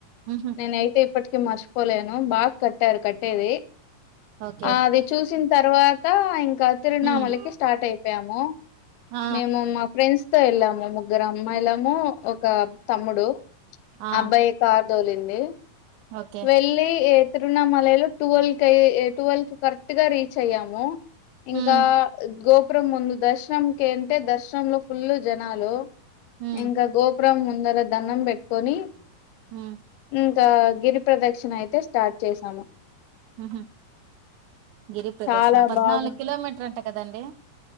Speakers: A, on the right; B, on the left.
A: ఉహు
B: నేను ఐతే ఇప్పటి. మర్చిపోలేను బాగ్ కట్టారు కట్టేది.
A: ఓకే
B: ఆ అది చూసిన్. తర్వాత ఇం. తిరునామలకి
A: హ్మ్
B: స్టార్ట్ అయిపోయాము
A: ఆ
B: మేము మా ఫ్రెండ్స్. తో ఏళ్ళాము. ముగ్గురు అమ్మాయిలము, ఒక తమ్ముడు,
A: ఆ
B: అబ్బాయి కార్. తోలింది
A: ఓకే
B: వెళ్ళి. తిరుణమలై లో ట్యువెల్ కై ట్యూవెల్ కి కరెక్టుగా రీచ్ అయ్యాము. ఇంకా
A: హ్మ్
B: గో. ప్రు ముందు దర్శనం కే అంటే దర్శనం లో ఫుల్లు జనాలు.
A: హ్మ్
B: ఇంకా గో. విగ్రహం ముందర దన్నం పెట్టుకొని
A: ఉమ్
B: ఇంకా గిరి ప్రదక్షిణ అయితే స్టార్ట్ చేసాము
A: ఊహు గిరి ప్రదర్శన
B: చాలా
A: పద్నాలు
B: బాగుంది
A: కిలోమీటర్ అంట కదండి